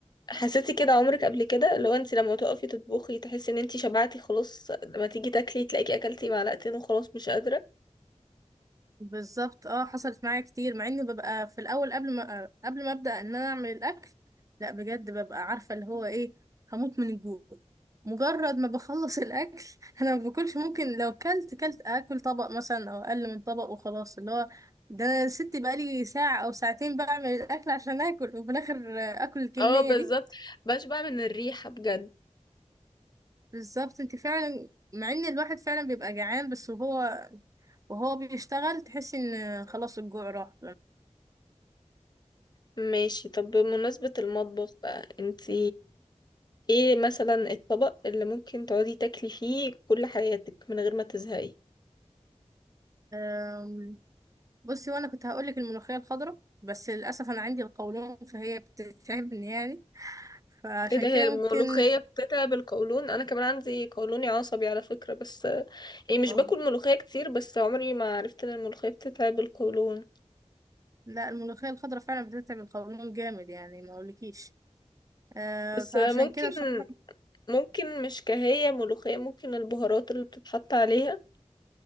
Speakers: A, on the left; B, on the right.
A: حسيتي كده عمرك قبل كده لو انت لما تقفي تطبخي تحسي ان انت شبعتي خلاص لما تيجي تاكلي تلاقيكي اكلتي معلقتين وخلاص مش قادرة
B: بالظبط اه حصلت معايا كتير مع اني ببقى في الاول قبل ما قبل ما ابدا ان انا اعمل الاكل لا بجد ببقى عارفه اللي هو ايه هموت من الجوع مجرد ما بخلص الاكل <laughs> انا ما باكلش ممكن لو كلت كلت اكل طبق مثلا او اقل من طبق وخلاص اللي هو ده انا يا ستي بقالي ساعه او ساعتين بعمل الاكل عشان اكل وفي الاخر آه، اكل الكميه
A: اه بالظبط
B: دي
A: بشبع من الريحة بجد
B: بالظبط انت فعلا مع ان الواحد فعلا بيبقى جعان بس وهو وهو بيشتغل تحسي ان خلاص الجوع راح
A: ماشي طب بمناسبة المطبخ بقى انت ايه مثلا الطبق اللي ممكن تقعدي تاكلي فيه كل حياتك من غير ما تزهقي
B: أم، بصي وانا كنت هقولك الملوخية الخضراء بس للأسف أنا عندي القولون فهي بتتعبني يعني فعشان
A: ايه ده هي
B: كده
A: الملوخية
B: ممكن
A: بتتعب بالقولون انا كمان عندي قولوني عصبي على فكرة بس يعني مش
B: اه
A: باكل ملوخية كتير بس عمري ما عرفت ان الملوخية بتتعب القولون
B: لا الملوخية الخضراء فعلا بتتعب القولون جامد يعني ما أقولكيش أه
A: بس
B: فعشان
A: ممكن
B: كده بصراحة
A: ممكن مش كهية ملوخية ممكن البهارات اللي بتتحط عليها